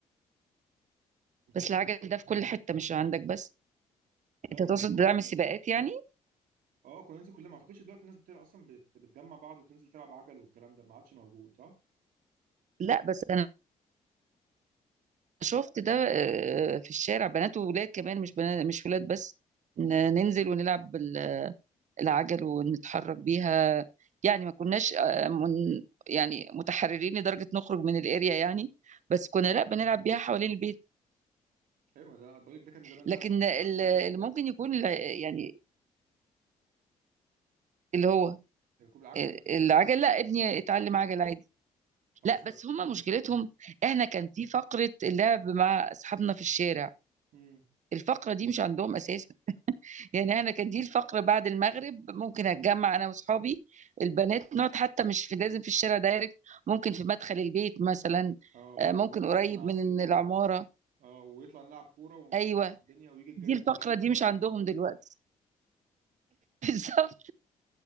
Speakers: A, on the right; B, on the right.
A: متهيألي
B: بس
A: الحاجات-
B: العجل ده في
A: دي-
B: كل حته مش عندك بس
A: لا
B: انت
A: ده
B: تقصد دعم
A: حاجه
B: السباقات يعني
A: اه كنا ننزل كلنا ما اعتقدش دلوقتي الناس بتلعب اصلا بت- بتجمع بعض وتنزل تلعب عجل والكلام ده ما عادش موجود صح؟
B: لا بس انا شفت ده آه، في الشارع بنات وولاد كمان مش بنات مش ولاد بس
A: امم
B: ن- ننزل ونلعب بال- العجل ونتحرك بيها يعني ما كناش آه، من يعني متحررين لدرجة نخرج من الاريا يعني بس كنا لا بنلعب بيها حوالين البيت
A: ايوه ده بقول لك ده كان زمان
B: لكن
A: بقى ما
B: ال-
A: ما عادش موجود
B: اللي
A: دلوقتي
B: ممكن يكون الع- يعني اللي هو
A: ركوب العجل
B: آه،
A: ده
B: العجل لا ابني
A: اه
B: اتعلم عجل عادي
A: اه
B: لا
A: بس
B: بس
A: لا
B: هما مشكلتهم احنا كان في فقرة اللعب مع اصحابنا في الشارع
A: امم
B: الفقرة دي مش عندهم اساسا يعني انا كان دي الفقرة بعد المغرب ممكن اتجمع انا واصحابي البنات نقعد حتى مش في لازم في الشارع دايركت ممكن في مدخل البيت مثلا
A: اه ب-
B: آه،
A: او
B: ممكن
A: بره
B: قريب
A: مثلا على
B: من
A: السلم
B: العمارة
A: اه ويطلع نلعب كوره ونخبط
B: ايوه
A: الدنيا ويجي الجيران
B: دي الفقرة
A: يرش لنا
B: دي
A: ميه
B: مش عندهم
A: يغرقونا
B: دلوقتي <laughs> بالظبط